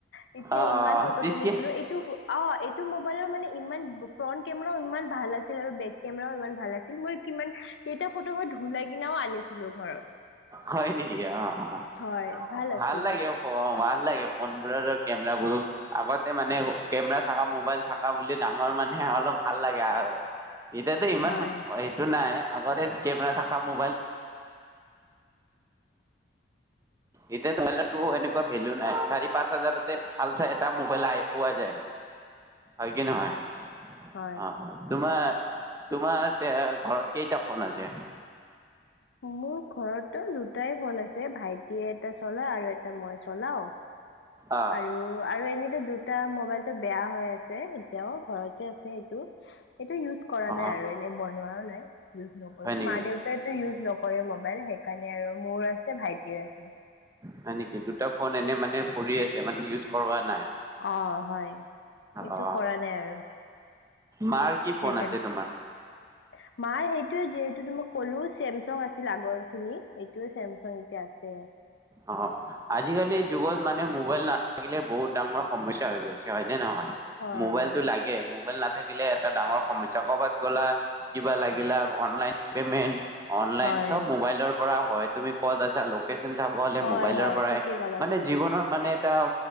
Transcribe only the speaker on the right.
অ
অ
তেতিয়া
হয় নেকি, অ'-অ'
ভাল
লাগে অ' সৰু ম'বাইল। ভাল লাগে ফোনবোৰৰ আৰু কেমেৰাবোৰ আগতে মানে কেমেৰা থকা মোবাইল থকা বুলি ডাঙৰ মানে অলপ ভাল লাগে। এতিয়াতো ইমান
এইটো নাই। আগতে কেমেৰা থকা মোবাইল এতিয়া মোবাইলতো এনেকুৱা ভেলু নাই, চাৰি পাঁচ হাজাৰতে ভালচাই এটা মোবাইল আই পোৱা যায়। হয় কি নহয়, অ'-অ'
তোমাৰ তোমাৰ এয়া ঘৰত কেইটা ফোন আছে?
অ
অ
হয় নেকি
হয় নেকি, দুটা ফোন এনে মানে পৰি আছে মানে ইউজ কৰোৱা নাই।
অ
মাৰ কি
ফোন আছে তোমাৰ
অ' আজিকালি যুগত মানে মোবাইল নাথাকিলে বহুত ডাঙৰ সমস্যা হৈ গৈছে হয়নে নহয়।
মোবাইলটো
লাগে, মোবাইল নাথ থাকিলে এটা ডাঙৰ সমস্যা কৰবাত গলা কিবা লাগিলা অনলাইন পেমেণ্ট অনলাইন
চব মোবাইলৰ হয়, তুমি ক'ত আছা লোকেচন যাব হ'লে
মোবাইলৰ
পৰাই
মানে
জীৱনৰ মানে এটা